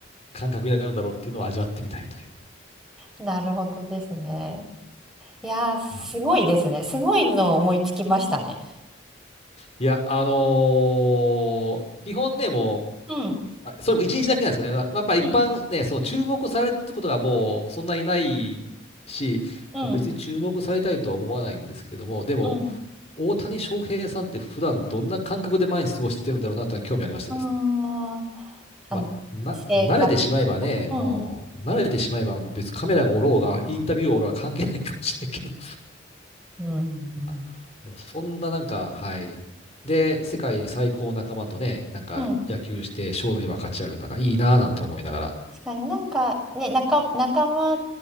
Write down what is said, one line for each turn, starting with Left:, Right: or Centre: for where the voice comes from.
Left: 感覚になるんだろうっていうのを味わってみたいという。
Centre: なるほどですね。いやー、すごいですね。
Left: まあ
Centre: すごいの思いつきましたね。
Left: いや、あのー基本ね、も
Centre: うん。
Left: う、まあそれも一日だけなんですかね。まあ、やっぱ一般ね、
Centre: うん。
Left: その注目されるってことがもうそんなにないし、
Centre: うん。
Left: まあ別に注目されたいとは思わないんですけども、でも、
Centre: うん。
Left: 大谷翔平さんって普段どんな感覚で毎日過ごしてるんだろうなというのは興味ありましてですね。
Centre: あー
Left: まあ、な、
Centre: 生活。
Left: 慣れてしまえばね、
Centre: うんうん
Left: うん、慣れてしまえばもう別にカメラがおろうが、インタビューがおろうが関係ないかもしれんけど。<laughs>
Centre: うん
Left: あーでもそんななんか、はい。で、世界最高仲間とね、なんか野球して勝利分かち合うなんかいいなぁなんて思いながら。
Centre: うんうん確かになんかね、仲、仲間